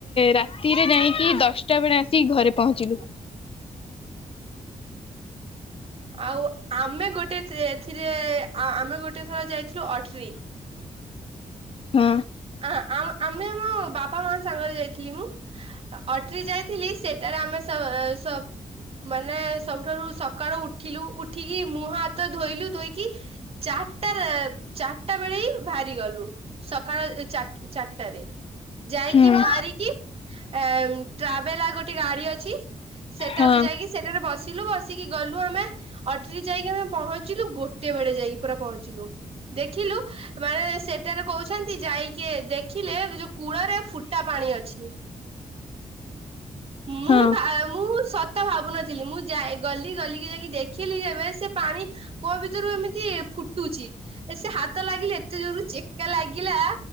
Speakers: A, on the left; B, on the right.
A: ରାତିରେ ଯାଇଁକି ଦଶଟା ବେଳେ ଆସିକି ଘରେ ପହଞ୍ଚିଲୁ।
B: ଆଉ ଆମେ ଗୋଟେ ଏଥି ଏଥିରେ ଆମେ ଗୋଟେ ଥର ଯାଇଥିଲୁ ଅଟ୍ରି।
A: ହୁଁ
B: ଆ ଆ ଆମେ ଆମ ବାପା ମା ସାଙ୍ଗରେ ଯାଇଥିଲି ମୁଁ। ଅଟରି ଯାଇଥିଲି ସେଟାରେ ଆମେ ସ ସବ ମାନେ ସବୁଠାରୁ ସକାଳୁ ଉଠ ଉଠିଲୁ ଉଠିକି ମୁହଁ ହାତ ଧୋଇଲୁ। ଧୋଇକି ଚାରିଟା ଚାରିଟା ବେଳେ ହିଁ ବାହାରି ଗଲୁ ସକାଳ ଚାର ଚାରଟାରେ। ଯାଇକି
A: ହୁଁ।
B: ବାହାରିକି, ଏ ଟ୍ରାଭେଲ ଆଉ ଗୋଟେ ଗାଡି ଅଛି ସେଟାକୁ
A: ହଁ।
B: ଯାଇକି ସେଟାରେ ବସିଲୁ, ବସିକି ଗଲୁ ଆମେ। ଅଟ୍ରି ଯାଇକି ଆମେ ପହଞ୍ଚିଲୁ। ଗୋଟେ ବେଳେ ଯାଇକି ପୁରା ପହଞ୍ଚିଲୁ। ଦେଖିଲୁ। ମାନେ ସେଟାରେ କହୁଛନ୍ତି ଯାଇକି ଦେଖିଲେ ଯୋଉ କୂଳରେ ଫୁଟା ପାଣି ଅଛି। ମୁଁ
A: ହଁ
B: ଭା ମୁଁ ସତ ତ ଭାବୁନଥିଲି। ମୁଁ ଯାଇ ଗଲି ଗଲିକି ଯାଇକି ଦେଖିଲି ଯେବେ ସେ ପାଣି କୁଅ ଭିତରୁ ଏମିତି ଫୁଟୁଛି। ଏ ସେ ହାତ ଲାଗିଲେ ଏତେ ଜୋର ଚେକା ଲାଗିଲା